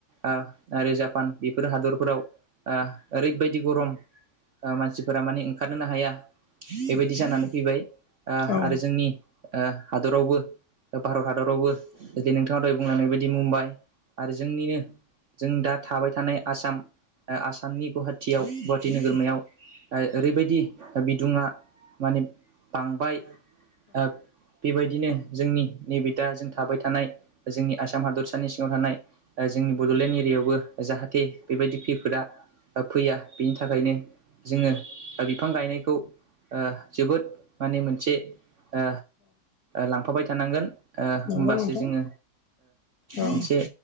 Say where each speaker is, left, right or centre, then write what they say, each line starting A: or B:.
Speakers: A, on the right; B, on the left.
A: ओ आरो जापान बेफोर हादरफोराव ओरैबायदि गरम ओ मानसिफोरा माने ओंखारनोनो हाया बेबायदि जानानै फैबाय
B: औ औ
A: आरो जोंनि ओ हादरावबो भारत हादरावबो जदि नोंथाङा द बुंलांनाय बायदि मुम्बाइ आरो जोंनिनो जों दा थाबाय थानाय आसाम आसामनि गुवाहाटटियाव गुवाहाटि नोगोरमायाव ओरैबायदि बिदुङा माने बांबाय बेबायदि बिदिनो जोंनि नैबे दाजों थाबाय थानाय जोंनि आसाम हादरसानि सिङाव थानाय जोंनि बड'लेण्ड एरियायावबो जाहाथे बेबायदि खैफोदा फैया बेनि थाखायनो जोङो बिफां गायनायखौ जोबोद माने मोनसे ओ लांफाबाय थानांगोन ओ
B: नंगौ
A: होमबासो
B: नोंथां
A: ओ जोङो
B: औ
A: मोनसे